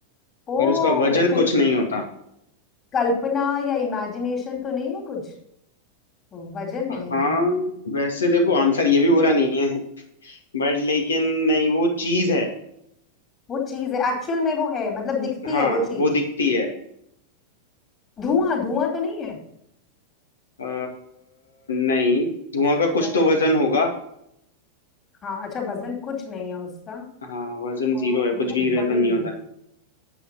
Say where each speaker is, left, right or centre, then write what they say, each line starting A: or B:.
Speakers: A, on the left (about 25°); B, on the left (about 70°).
A: ओ
B: और उसका वजन
A: कहीं
B: कुछ नहीं होता
A: कल्पना या इमेजिनेशन तो नहीं है कुछ वजन नहीं
B: हाँ
A: है
B: वैसे देखो आंसर ये भी बुरा नहीं बट लेकिन नहीं वो चीज है
A: वो चीज है एक्चुअल में वो है मतलब दिखती
B: हाँ
A: है वो चीज
B: वो दिखती है
A: धुआं धुआं तो नहीं है
B: अ, नहीं धुआं
A: हो सकता
B: का कुछ तो
A: है
B: वजन होगा
A: हाँ अच्छा वजन कुछ नहीं है उसका
B: हाँ वजन जीरो
A: और
B: है
A: वो
B: कुछ भी
A: बड़ी
B: वजन नहीं होता
A: है